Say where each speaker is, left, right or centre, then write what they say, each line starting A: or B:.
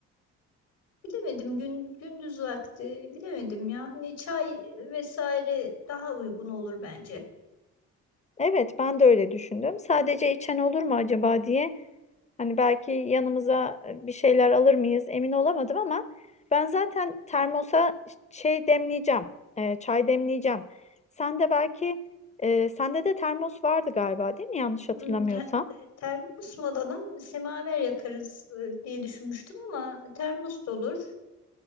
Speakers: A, on the left; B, on the left.
A: bilemedim gün gündüz vakti bilemedim ya. Hani çay vesaire daha uygun olur bence.
B: Evet, ben de öyle düşündüm. Sadece içen olur mu acaba diye. Hani belki yanımıza e, bir şeyler alır mıyız emin olamadım ama ben zaten termosa şey demleyeceğim. e, çay demleyeceğim. Sen de belki e, sende de termos vardı galiba değil mi? Yanlış hatırlamıyorsam.
A: Hmm, te- termos mu alalım, semaver yakarız e, diye düşünmüştüm ama termos da olur.